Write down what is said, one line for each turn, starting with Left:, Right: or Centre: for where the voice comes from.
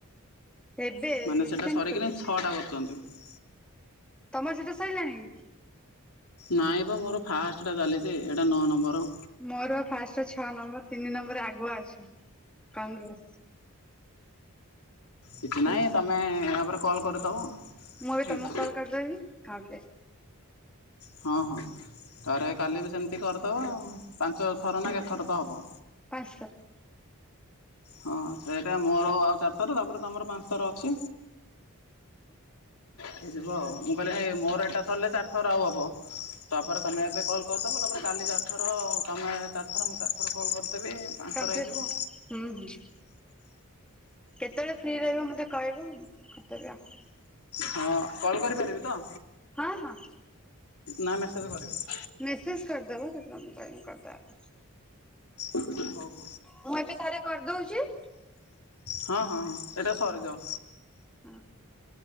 Centre: ଏବେ
Left: ମାନେ
Centre: ରିସେଣ୍ଟ
Left: ସେଇଟା ସରିକିନି
Centre: ଖୋଲିଛି।
Left: ଛଅଟା କରୁଛନ୍ତି <unintelligible>
Centre: ତମର ସେଇଠା ସଇଲାଣି କି?
Left: ନାଇଁ ବା ମୋର ଫାଷ୍ଟଟା ଚାଲିଛି ଏଇଟା ନଅ ନମ୍ବର।
Centre: ମୋର ଫାଷ୍ଟ ଛଅ ନମ୍ବର ତିନି ନମ୍ବରରେ ଆଗୁଆ ଅଛ କଂଗ୍ରାସ
Left: କିଛି
Centre: ହୁଁ
Left: ନାହିଁ ତମେ ଏହା ପରେ କଲ୍ କରିଦେବ।
Centre: ମୁଁ ଏବେ
Left: ହେଇଯିବ।
Centre: ତମକୁ କଲ୍ କରିଦେବି ଆଉ କିଏ?
Left: ହଁ ହଁ ତାରେ କାଲି ବି ସେମିତି କରିଦେବ ପାଞ୍ଚ ଥର ନା କେଥର ତ ହେବ?
Centre: ପାଞ୍ଚଥର।
Left: ହଁ ସେଇଟା ମୋର ଆଉ ଚାରି ଥର୍ ତାପରେ ତମର ପାଞ୍ଚଥର ଅଛି। ହେଇଯିବ ଆଉ ମୁଁ କହିଲି ମୋ ଏଇଟା ସରିଲେ ଚାରିଥର ଆଉ ହେବ। ତାପରେ ତମେ ଏବେ କଲ୍ କରିଦବ ତାପରେ କାଲି ଚାରିଥର ଆଉ ତମେ ଚାରିଥର ମୁଁ ଚାରି ଏଥର କଲ୍ କରିଦେବେ ପାଞ୍ଚ
Centre: କମ୍ପ୍ଲିଟ।
Left: ଥର ହେଇଯିବ।
Centre: ହୁଁ ହୁଁ। କେତେବେଳେ ଫ୍ରି ରହିବେ ମୋତେ କହିବ ମୁଁ କରିଦେବି ଆଉ।
Left: ହଁ କଲ୍ କରିପାରିବି ତ?
Centre: ହଁ ହଁ।
Left: ନା ମେସେଜ କରିବି।
Centre: ମେସେଜ କରିଦବୁ <unintelligible>
Left: ହଉ ହଉ।
Centre: ମୁଁ ଏବେ ଥରେ କରି ଦଉଚି।
Left: ହଁ-ହଁ-ହଁ ଏଇଟା ସରିଯାଉ।
Centre: ହଁ,